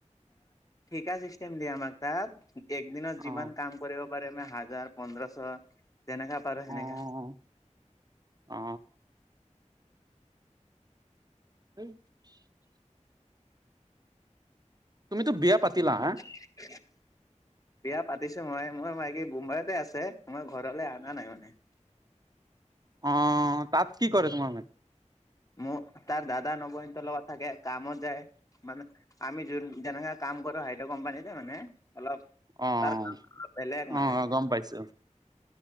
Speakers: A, on the left (about 25°); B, on the right (about 30°).
A: ঠিকা চিষ্টেম দিয়ে আমাৰ তাত একদিনত যিমান
B: অ',
A: কাম কৰিব পাৰি আমে হাজাৰ পোন্ধৰশ তেনেকা পাৰো সেনেকা
B: অ', অ সেই তুমিতো বিয়া পাতিলা হা
A: <unintelligible> বিয়া পাতিছো মই মোৰ মাইকী বোম্বাইতে আছে মই ঘৰলৈ অনা নাই মানে
B: অ তাত কি কৰে তোমাৰ মে
A: মোৰ তাৰ দাদা নবৌ হতৰ লগত থাকে কামত যায় মানে আমি যোন যেনেকে কাম কৰো হাইড কোম্পানীতে মানে অলপ
B: অ',
A: তাৰ কাম বেলেগ মানে
B: অ', গম পাইছো।